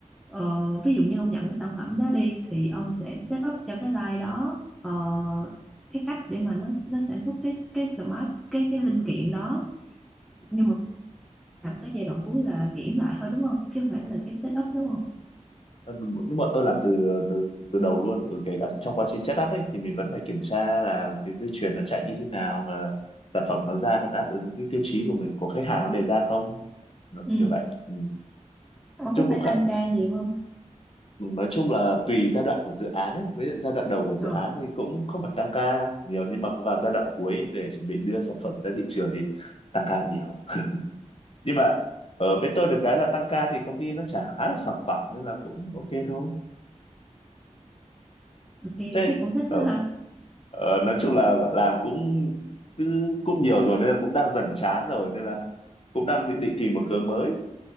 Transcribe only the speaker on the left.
ờ, lúc bọn tôi làm từ từ từ đầu luôn ở kể cả trong quá trình setup ấy thì mình vẫn phải kiểm tra là cái dây chuyền nó chạy như thế nào và sản phẩm nó ra có đáp ứng cái tiêu chí của mình của khách hàng nó đề ra không Ừ,
kiểu vậy ừ.
chung
cũng
khá,
nói chung là tùy giai đoạn của dự án ấy. Với giai đoạn đầu của dự
án thì cũng không phải tăng ca nhiều nhưng mà vào giai đoạn cuối để chuẩn bị đưa sản phẩm ra thị trường thì tăng ca nhiều nhưng mà ở bên tôi được cái là tăng ca thì công ty nó trả khá là sòng phẳng nên là cũng ok thôi
thế
ờ,
ờ, nói chung là làm cũng cứ cũng nhiều rồi nên là cũng đang dần chán rồi nên là cũng đang định, định tìm một hướng mới